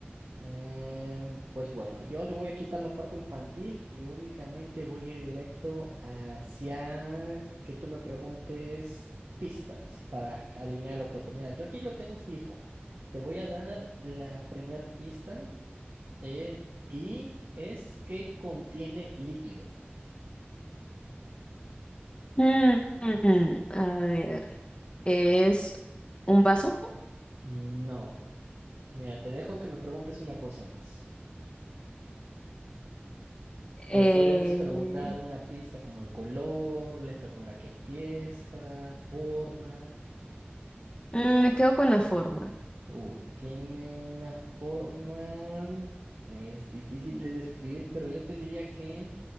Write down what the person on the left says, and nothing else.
Mm, mm, a ver, es un vaso.
Eh,
mm, me quedo con la forma.